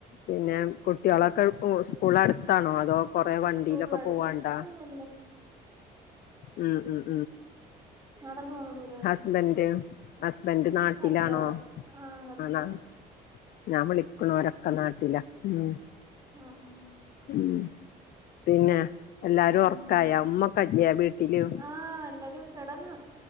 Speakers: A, on the left; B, on the right.
A: പിന്നെ കുട്ടികളൊക്കെ സ്കൂള അടുത്താണോ അതോ കൊറെേ വണ്ടിയിലൊക്കെ
B: സ്കൂൾ അടുത്ത
A: പോവണ്ടാ
B: അല്ലല്ല
A: ഉം ഉ
B: നടന്ന പോന്ന ദൂരേള്ളൂ
A: ഹസ്ബൻഡ് ഹസ്ബൻഡറ് നാട്ടിലാണോ
B: കച്ചോടം ആഹ് കച്ചോടം
A: ആ ഞാൻ വിളിക്കണോരൊക്കെ നാട്ടില ഉ ഉ
B: ആഹ് ആഹ്
A: പിന്നെ പിന്നെ എല്ലാരും
B: ഉം
A: ഉറക്കായ ഉമ്മക്കല്ലയാ വീട്ടില്
B: ആഹ് എല്ലാരും കെടന്ന്